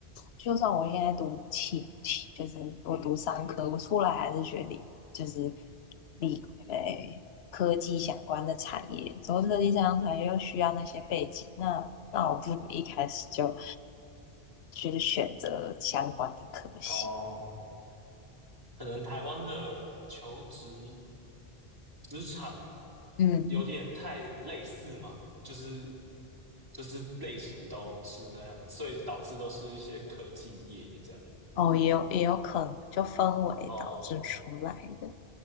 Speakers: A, on the left; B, on the right.
A: 就算我现在读气，气就是我读商科，我出来还是学理，就是理诶、科技相关的产业，做科技相关产业又需要那些背景，那那我不如一开始就就是选择相关的科系。
B: 哦，可能台湾的求职职场
A: 嗯，
B: 有点太类似吗？就是就是类型都是那样，所以导致都是一些科技业这样。
A: 哦，也有也有可能，就氛围导致出来的。
B: 哦，